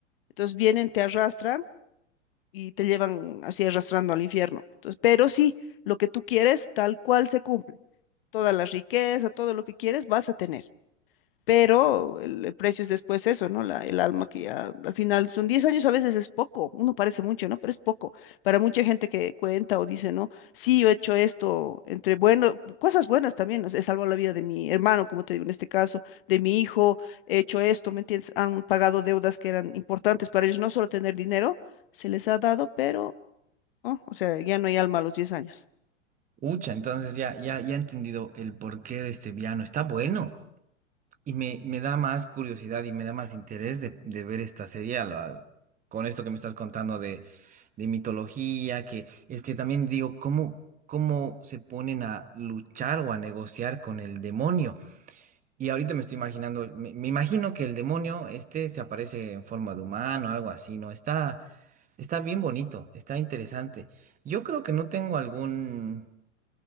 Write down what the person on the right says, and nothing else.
Ucha, entonces ya, ya, ya he entendido el porqué de este piano. Está bueno. Y me, me da más curiosidad y me da más interés de, de ver esta serie al- al- con esto que me estás contando de, de mitología, que es que también digo, ¿cómo, cómo se ponen a luchar o a negociar con el demonio? Y ahorita me estoy imaginando, me, me imagino que el demonio este se aparece en forma de humano, algo así, ¿no? Está, está bien bonito, está interesante. Yo creo que no tengo algún,